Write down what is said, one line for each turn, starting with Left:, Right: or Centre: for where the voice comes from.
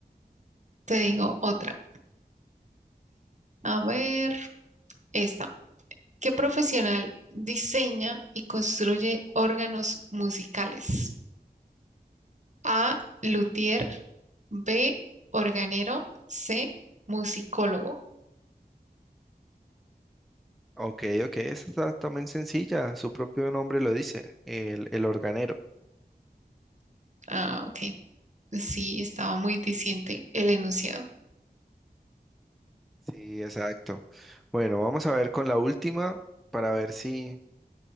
Right: te digo otra. A ver, esta. ¿Qué profesional diseña y construye órganos musicales? A, luthier, B, organero, C, musicólogo.
Centre: Ok, ok, esa está también sencilla, su propio nombre lo dice, el, el organero.
Right: Ah, ok. Sí, estaba muy diciente el enunciado.
Centre: Sí, exacto. Bueno, vamos a ver con la última para ver si